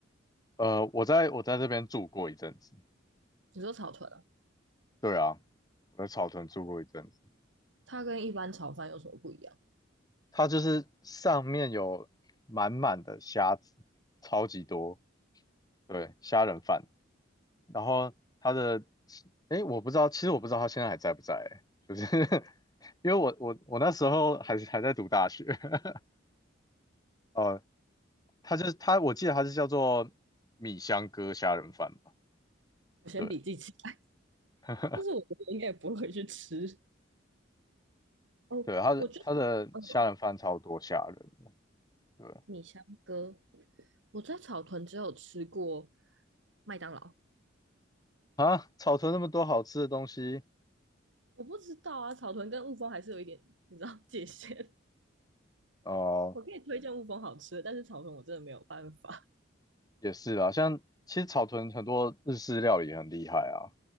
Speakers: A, on the left; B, on the right.
A: 呃，我在我在这边住过一阵子。
B: 你说草屯啊，
A: 对啊，我在草屯住过一阵子。
B: 它跟一般炒饭有什么不一样？
A: 它就是上面有满满的虾子，超级多。对，虾仁饭。然后他的，哎，我不知道，其实我不知道他现在还在不在，就是 <laughs> 因为我我我那时候还是还在读大学，<laughs> 呃，他就是他，我记得他是叫做米香哥虾仁饭吧，
B: 我先笔记起来，
A: 对 <laughs>
B: 但是我觉得应该也不会去吃。哦，
A: 对，他的他的虾仁饭超多虾仁，
B: 我就，嗯，
A: 对
B: 米香哥，我在草屯只有吃过麦当劳，
A: 啊，草屯那么多好吃的东西，
B: 我不知道啊，草屯跟雾峰还是有一点，你知道界限。<laughs>
A: 哦、
B: 我可以推荐雾峰好吃的，但是草屯我真的没有办法，
A: 也是啦，像其实草屯很多日式料理也很厉害啊，